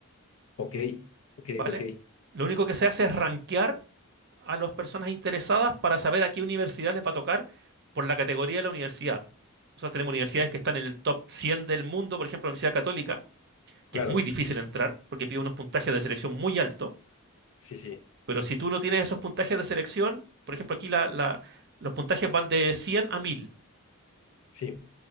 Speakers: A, on the left; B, on the right.
A: Ok, ok,
B: ¿vale?
A: ok.
B: Lo único que se hace es rankear a las personas interesadas para saber a qué universidad les va a tocar por la categoría de la universidad. Nosotros tenemos universidades que están en el top 100 del mundo, por ejemplo, la Universidad Católica, que
A: Claro,
B: es muy difícil entrar porque pide unos puntajes de selección muy altos,
A: sí, sí,
B: pero si tú no tienes esos puntajes de selección, por ejemplo, aquí la- la- los puntajes van de 100 a 1000.
A: sí.